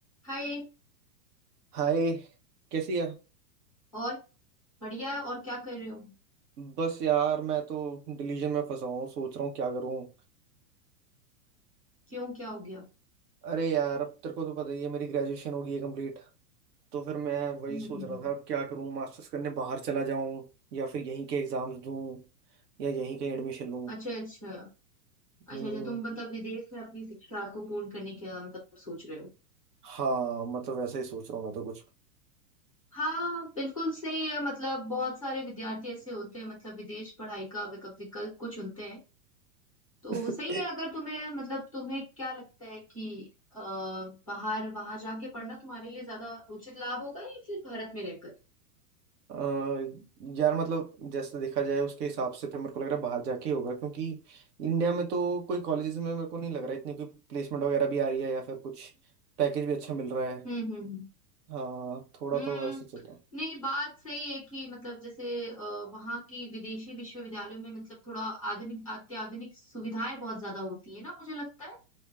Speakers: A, on the left; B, on the right.
A: हाय
B: हाय कैसी है
A: और बढ़िया है और क्या कर रहे हो
B: बस यार मैं तो डिलीजन में फंसा हूँ सोच रहा हूँ क्या करूँ
A: क्यों क्या हो गया
B: अरे यार अब तेरे को तो पता ही है मेरी ग्रेजुएशन हो गई है कंप्लीट तो फिर मैं वही
A: हम्म
B: सोच
A: हम्म,
B: रहा
A: हम्म।
B: था अब क्या करूँ मास्टर्स करने बाहर चला जाऊँ या फिर यहीं के एग्जाम्स दूँ या यहीं कहीं एडमिशन लूँ
A: अच्छा अच्छा अच्छा
B: हम्म,
A: अच्छा तुम मतलब विदेश में अपनी शिक्षा को पूर्ण करने का मतलब सोच रहे हो
B: हाँ मतलब वैसा ही सोच रहा हूँ मैं तो कुछ
A: हाँ बिल्कुल सही है मतलब बहुत सारे विद्यार्थी ऐसे होते हैं मतलब विदेश पढ़ाई का विकल्प विकल्प को चुनते हैं
B: <laughs>
A: तो सही है अगर तुम्हें मतलब तुम्हें क्या लगता है कि अ, बाहर वहां जाके पढ़ना तुम्हारे लिए ज्यादा उचित लाभ होगा या फिर भारत में रहकर
B: अ, यार मतलब जैसे देखा जाए उसके हिसाब से तो मेरे को लग रहा है बाहर जाके ही होगा क्योंकि इंडिया में तो कोई कॉलेजेस में मेरे को नहीं लग रहा है इतनी कोई प्लेसमेंट वगैरह भी आ रही है या फिर कुछ पैकेज भी अच्छा मिल रहा है
A: हम्म हम्म हम्म।
B: हाँ थोड़ा
A: हम्म
B: तो ऐसे चल रहा है
A: नहीं बात सही है कि मतलब जैसे अ, वहाँ की विदेशी विश्वविद्यालयों में मतलब थोड़ा आधुनिक अत्याधुनिक सुविधाएं बहुत ज्यादा होती है ना मुझे लगता है